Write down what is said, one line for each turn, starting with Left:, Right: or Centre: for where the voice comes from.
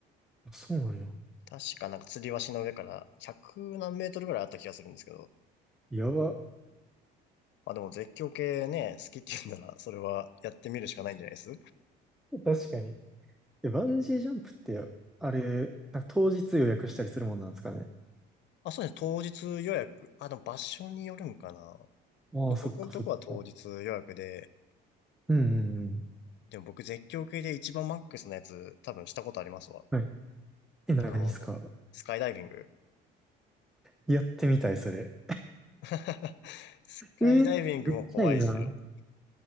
Centre: あそうなんや。
Left: 確かなんか吊り橋の上から100何メートルぐらいあった気がするんですけど。
Centre: やば。
Left: まあでも絶叫系ね、好きって言うんなら、それはやってみるしかないんじゃないです
Centre: 確かに。え、バンジージャンプって、あれ、なんか当日予約したりするもんなんですかね。
Left: あ、そうですね、当日予約。あ、でも場所によるんかな。
Centre: ああ、
Left: でも僕のとこは当日予約で、
Centre: そっかそっか。うんうんうん。
Left: でも僕絶叫系で一番マックスのやつ多分したことありますわ。
Centre: はい。え、何っすか
Left: あの、スカイダイビング。
Centre: やってみたい、それ。
Left: <laughs> スカイダイビングも怖いっすよ。
Centre: えー、めっちゃいいな。